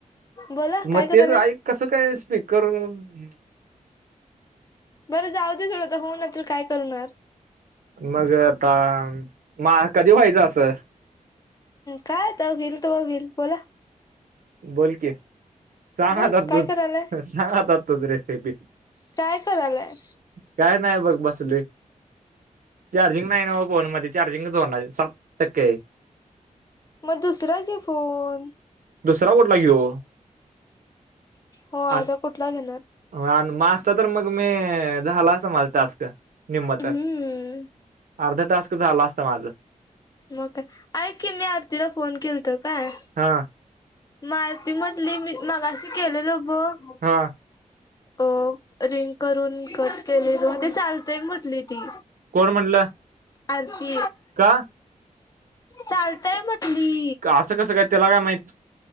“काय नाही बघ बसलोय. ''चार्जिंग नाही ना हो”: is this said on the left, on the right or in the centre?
Right